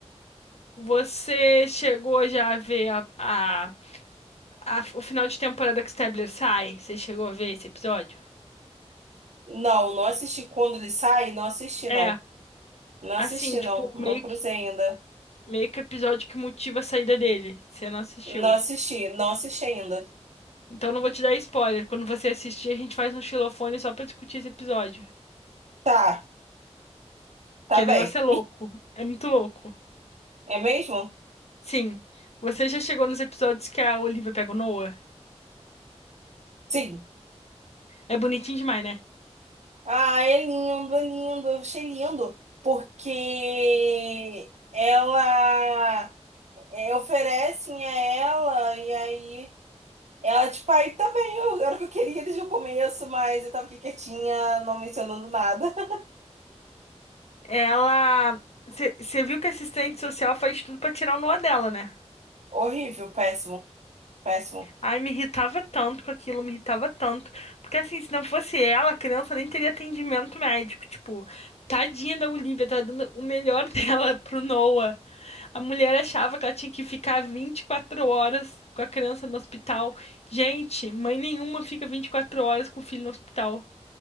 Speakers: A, on the left (about 65°); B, on the right (about 80°).
A: Você chegou já a ver a, a- a- o final de temporada que o Stabler sai? Você chegou a ver esse episódio?
B: Não, não assisti quando ele sai, não assisti
A: É,
B: não. Não
A: assim,
B: assisti
A: tipo,
B: não, não
A: meio
B: cruzei ainda.
A: meio que o episódio que motiva a saída dele. Você não assistiu.
B: Não assisti, não assisti ainda.
A: Então não vou te dar spoiler. Quando você assistir, a gente faz um xilofone só pra discutir esse episódio.
B: Tá, tá
A: Que
B: bem.
A: o negócio é louco. É muito louco.
B: É mesmo?
A: Sim. Você já chegou nos episódios que a Olivia pega o Noah?
B: Sim.
A: É bonitinho demais, né?
B: Ah, é lindo, é lindo. Eu achei lindo porque ela é, oferecem a ela e aí ela tipo, aí tá bem, eu- era o que eu queria desde o começo, mas eu tava aqui quietinha, não mencionando nada. <laughs>
A: Ela. Você viu que a assistente social faz tudo pra tirar o Noah dela, né?
B: Horrível, péssimo, péssimo.
A: Ai, me irritava tanto com aquilo, me irritava tanto. Porque assim, se não fosse ela, a criança nem teria atendimento médico. Tipo, tadinha da Olivia, tá dando o melhor <laughs> dela pro Noah. A mulher achava que ela tinha que ficar 24 horas com a criança no hospital. Gente, mãe nenhuma fica 24 horas com o filho no hospital.